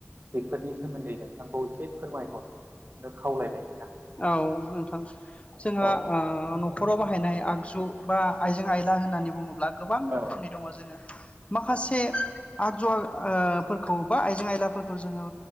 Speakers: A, on the right; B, on the left.
A: बेफोरनि सोमोन्दै नोंथांखौ एसे फोरमायहरनो खावलायबाय नोंथां
B: औ नोंथां जोंहा
A: औ
B: ओ न' नखराव बाहायनाय आगजु बा आइजें आयला होननानै बुङोब्ला गोबां
A: औ
B: रोखोमनि दङ जोङो माखासे आगजुआफोरखौ बा आइजें आयलाफोरखौ जोङो